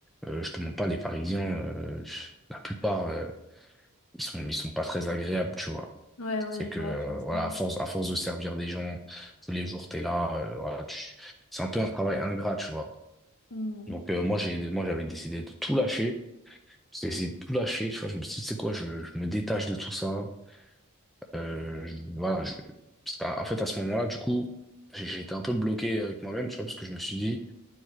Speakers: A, in the centre; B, on the left (about 80°).
A: euh, je te mens pas, les Parisiens, euh, la plupart, euh, ils sont, ils sont pas très agréables, tu vois.
B: ouais, ouais,
A: C'est
B: je
A: que,
B: vois,
A: euh,
B: je vois ça.
A: voilà, à force, à force de servir des gens, tous les jours, t'es là, euh, voilà, tu- c'est un peu un travail ingrat, tu vois.
B: Mm.
A: Donc, euh, moi, j'ai, moi, j'avais décidé de tout lâcher. J'ai essayé de tout lâcher, tu vois. Je me suis dit, c'est quoi, je, je me détache de tout ça. Euh, je- voilà, je- parce qu'en- en fait, à ce moment-là, du coup, j'ai j'ai été un peu bloqué avec moi-même, tu vois, parce que je me suis dit,